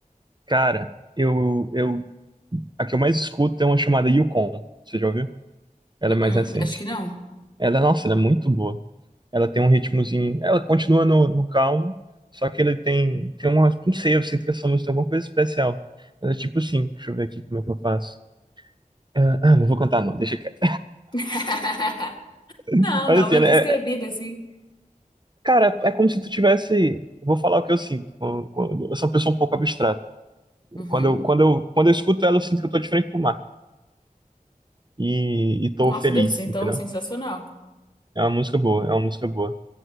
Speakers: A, on the right; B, on the left.
A: Cara, eu, eu, a que eu mais escuto é uma chamada Yukon. Você já ouviu? Ela
B: Uh-uh,
A: é mais recente.
B: acho que não.
A: Ela, nossa, ela é muito boa. Ela tem um ritmozinho. Ela continua no, no calmo, só que ele tem, tem uma. Não sei, eu sinto que essa música tem alguma coisa especial. Ela é tipo assim, deixa eu ver aqui como é que eu faço. É, ah, não vou cantar, não, deixa quieto.
B: <laughs>
A: <laughs>
B: Não,
A: Mas
B: dá uma
A: assim, ela
B: descrevida
A: é,
B: assim.
A: Cara, é como se tu tivesse. Eu vou falar o que eu sinto. Quando, quando- eu sou uma pessoa um pouco abstrata.
B: Uhum.
A: Quando eu, quando eu, quando eu escuto ela, eu sinto que eu tô de frente pro mar. E, e tô
B: Nossa,
A: feliz,
B: deve ser então
A: entendeu?
B: sensacional.
A: É uma música boa, é uma música boa.